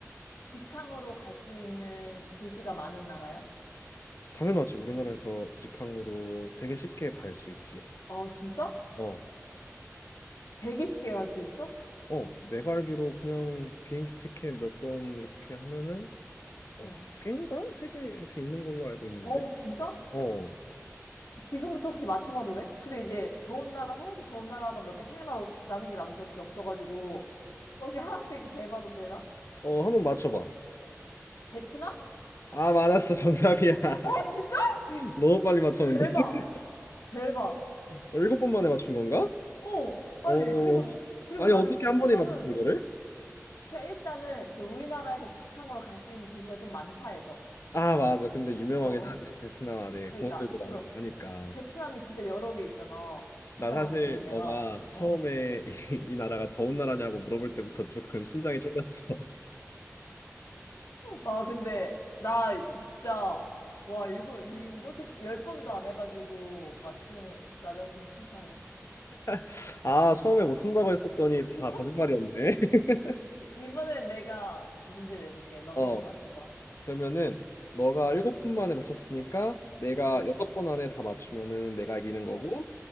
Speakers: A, on the left (about 85°); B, on the left (about 55°).
A: 직항으로 갈 수 있는 도시가 많은 나라야?
B: 당연하지. 우리나라에서 직항으로 되게 쉽게 갈 수 있지.
A: 어, 진짜?
B: 어.
A: 되게 쉽게 갈 수 있어?
B: 어, 내가 알기로 그냥 비행기 티켓 몇 번 이렇게 하면은 어,
A: 응.
B: 두 개인가? 세 개 이렇게 있는 걸로 알고 있는데.
A: 어, 진짜?
B: 어.
A: 지금부터 혹시 맞춰봐도 돼? 근데 이제 더운 나라, 하얀색 더운 나라가 몇 개 생각나는 게 나도 몇 개 없어가지고 혹시 하나씩 이렇게 대봐도 되나?
B: 어, 한번 맞춰 봐.
A: 베트남?
B: 아, 맞았어. 정답이야. <laughs>
A: 어, 진짜?
B: 너무 빨리 맞췄는데.
A: <laughs> 대박!
B: <laughs>
A: 대박!
B: 어, 일곱 번 만에 맞춘 건가?
A: 어! 아니,
B: 오,
A: 그리고, 그리고
B: 아니
A: 나는
B: 어떻게
A: 그
B: 한
A: 수많은,
B: 번에 맞췄어 이거를?
A: 그냥 일단은 그 우리나라에서 직항으로 갈 수 있는 도시가 좀 많다 해서.
B: 아 맞아 근데 유명하긴
A: 어, 어.
B: 하지 베트남 안에
A: 그러니까.
B: 공항들도 많고
A: 그래서
B: 하니까
A: 베트남이 진짜 여러 개 있잖아. 직항으로
B: 나 사실
A: 갈 수 있는 데가.
B: 너가 처음에
A: 어.
B: <laughs> 이, 이 나라가 더운 나라냐고 물어볼 때부터 조금 심장이 쫄렸어
A: 아, 근데, 나, 진짜, 와, 이거, 이- 이렇게 열 번도 안 해가지고, 맞춘, 나 자신 칭찬해.
B: <laughs> 아 처음에 못한다고
A: 어.
B: 했었더니
A: <laughs>
B: 다 거짓말이었네 <laughs>
A: 이번엔 내가 문제 내볼게. 너가
B: 어
A: 한번 맞춰봐.
B: 그러면은 너가
A: 응.
B: 일곱 번 만에 맞췄으니까 내가
A: 어,
B: 여섯 번 안에 다 맞추면은 내가 이기는 거고
A: 어.